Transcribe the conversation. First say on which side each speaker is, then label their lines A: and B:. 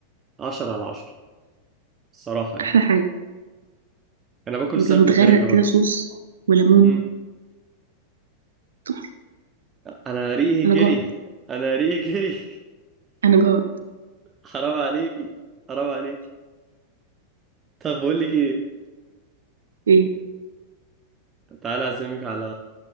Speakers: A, on the right; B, on the right.
A: عشرة على عشرة الصراحة يعني
B: احلى حاجه
A: انا باكل السمك
B: بيبقى متغرق
A: مكاريلا برضه
B: كده صوص وليمون
A: مم.
B: تحفة
A: انا ريقي
B: انا
A: جري
B: جوعت
A: انا ريقي جري
B: انا جوعت
A: <laughs> حرام عليكي حرام عليكي طب بقول لك ايه
B: ايه
A: تعالى اعزمك على